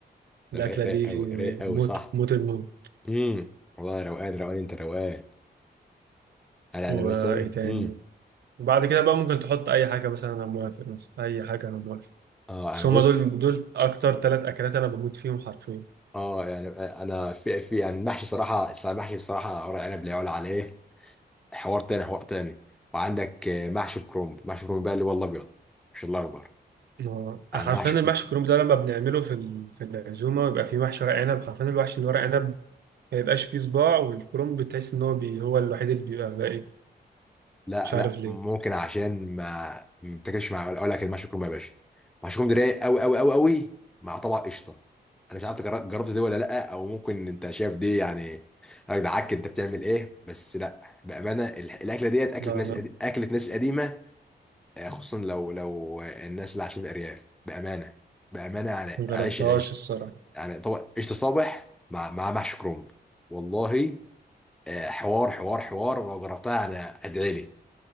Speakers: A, on the right (about 70°); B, in the centre.
A: الأكلة
B: رايق رايق
A: دي
B: قوي رايق قوي
A: موت
B: صح
A: موت الموت
B: امم والله روقان روقان انت روقان انا
A: وإيه
B: انا مثلا
A: تاني
B: امم
A: وبعد كده بقى ممكن تحط أي حاجة مثلا أنا موافق مثلا أي حاجة أنا موافق
B: اه
A: بس
B: انا
A: هما
B: بص
A: دول دول اكتر ثلاث اكلات انا بموت فيهم حرفيا
B: اه يعني آه، انا في في يعني المحشي صراحه المحشي بصراحه ورق عنب لا يعلى عليه حوار تاني حوار تاني وعندك آه، محشي الكرنب محشي الكرنب بقى اللي هو الابيض مش الاخضر
A: ما-
B: انا
A: حرفيا
B: محشي
A: المحشي الكرنب ده لما بنعمله في ال- في العزومه بيبقى فيه محشي ورق عنب حرفيا الوحش اللي ورق عنب ما يبقاش فيه صباع والكرنب بتحس ان هو بي هو الوحيد اللي بيبقى باقي
B: لا
A: مش عارف
B: لا
A: ليه
B: ممكن عشان ما ما بتاكلش مع اقول لك المحشي الكرنب يا باشا محشي الكرنب ده رايق قوي قوي قوي قوي مع طبق قشطه انا مش عارف تجر- جربت دي ولا لا او ممكن انت شايف دي يعني يا جدعك انت بتعمل ايه بس لا بامانه الح- الاكله ديت اكله
A: لا
B: ناس
A: انا
B: اكله ناس قديمه آه، خصوصا لو لو الناس اللي عايشين في الارياف بامانه بامانه يعني
A: ما جربتهاش
B: عيش العيش
A: الصراحه
B: يعني طبعا قشطه صبح مع مع محشي كرومب والله آه، حوار حوار حوار لو جربتها يعني ادعي لي